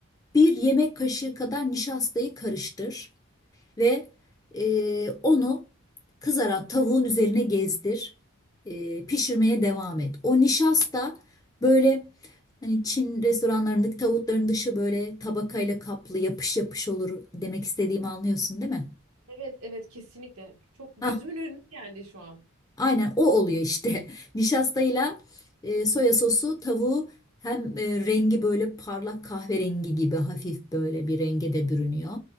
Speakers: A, on the left; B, on the right.
A: bir yemek kaşığı kadar nişastayı karıştır. ve e, onu kızaran tavuğun üzerine gezdir. E, pişirmeye devam et. O nişasta böyle hani Çin restoranlarındaki tavukların dışı böyle tabakayla kaplı yapış yapış olur demek istediğimi anlıyorsun değil mi?
B: Evet, evet kesinlikle. Çok
A: Ah,
B: gözümün önüne geldi şu an.
A: aynen o oluyor işte. <laughs> Nişastayla e, soya sosu tavuğu hem e, rengi böyle parlak kahverengi gibi hafif böyle bir renge de bürünüyor.